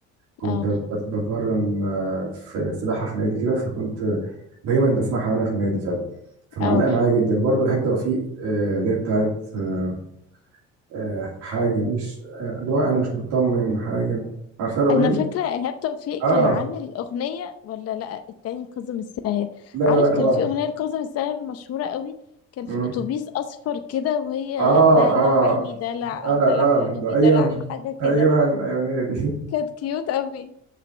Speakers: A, on the right; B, on the left.
A: كنت
B: اه
A: بت- بتمرن آه، في سباحه في نادي كده فكنت دايما بسمعها وانا في النادي فعلا فمعلقه
B: اه
A: معايا جدا وبرده ايهاب توفيق آه، اللي هي بتاعت آه، آه، حاجه مش آه، اللي هو انا مش مطمن حاجه عارفه الاغنيه
B: انا فاكره ايهاب توفيق
A: اه
B: كان عامل اغنيه ولا لا التاني كاظم الساهر
A: لا لا
B: عارف
A: لا
B: كان
A: هو
B: في اغنيه لكاظم الساهر مشهوره قوي كان
A: مم.
B: في اتوبيس اصفر كده وهي
A: اه
B: دلع
A: اه
B: عيني دلع
A: اه
B: او دلع
A: اه
B: حبيبي
A: ده ايوه
B: دلع حاجه
A: ايوه
B: كده
A: ايوه هي دي
B: كانت كيوت قوي